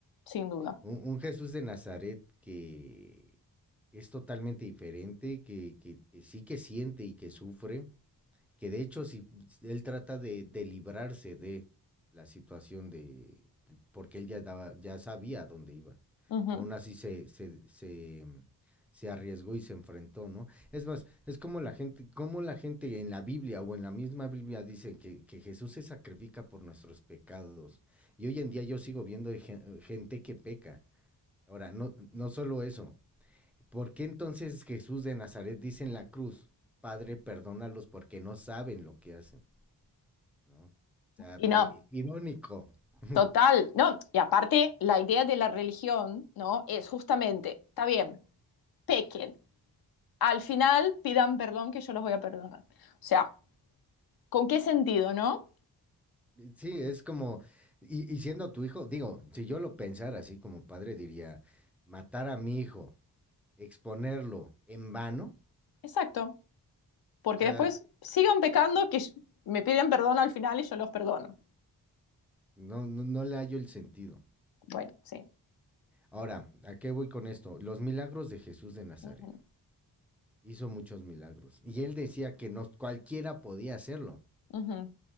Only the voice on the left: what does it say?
sin duda.
ujú.
Y no.
Total, no, y aparte la idea de la religión, ¿no? Es justamente, está bien, pequen, al final pidan perdón que yo los voy a perdonar. O sea, ¿con qué sentido, no?
Exacto, porque
después sigan pecando que yo- me piden perdón al final y yo los perdono.
Bueno, sí.
Ujú,
ujú.